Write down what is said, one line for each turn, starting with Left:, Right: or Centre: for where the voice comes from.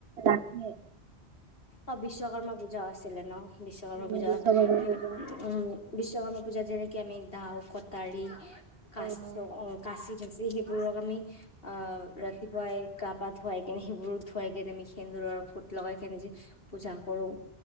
Right: ৰাখে,
Left: অ বিশ্বকৰ্মা পূজা আছিলে ন বিশ্বকৰ্মা
Right: উম
Left: পূজা
Right: বিশ্বকৰ্মা
Left: সেই
Right: পূজা
Left: উম! বিশ্বকৰ্মা পূজা যেনেক আমি দাও কটাৰী
Right: অ
Left: কাচ
Right: উম
Left: অ কাচি যি সেইবোৰক আমি আহ ৰাতিপুৱাই গা পা ধুৱাই কেনে সেইবোৰ ধুৱাই কেনে আমি সেন্দুৰৰ ফুট লগাই কেনে যে, পূজা কৰোঁ।